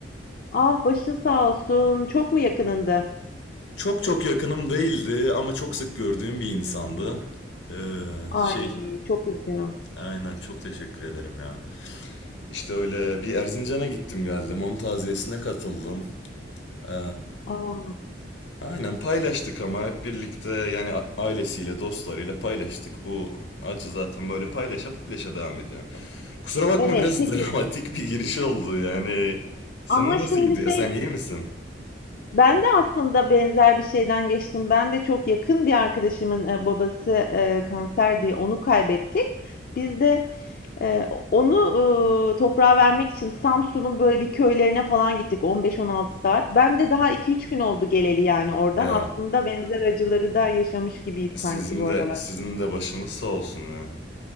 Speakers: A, on the left; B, on the left.
A: Ah başın sağ olsun. Çok mu yakınında?
B: Çok çok yakınım değildi ama çok sık gördüğüm bir insandı. Ee,
A: Ay
B: şey
A: çok üzgünüm.
B: aynen çok teşekkür ederim ya. İşte öyle bir Erzincan'a gittim geldim onun taziyesine katıldım. Ee,
A: Aa,
B: Aynen paylaştık ama hep birlikte yani a- ailesiyle, dostlarıyla paylaştık. Bu acı zaten böyle paylaşa paylaşa devam ediyor. Kusura bakma
A: evet
B: biraz
A: peki
B: dramatik bir giriş oldu yani. Senin
A: ama
B: nasıl
A: şimdi
B: gidiyor?
A: şey
B: Sen iyi misin?
A: ben de aslında benzer bir şeyden geçtim. Ben de çok yakın bir arkadaşımın e, babası e, kanser diye onu kaybettik. Biz de Ee, onu, ııı, toprağa vermek için Samsun'un böyle bir köylerine falan gittik 15-16 saat. Ben de daha iki üç gün oldu geleli yani oradan.
B: Ya
A: Aslında benzer acıları da yaşamış gibiyiz
B: sizin
A: sanki bu aralar.
B: de sizin de başınız sağ olsun ya.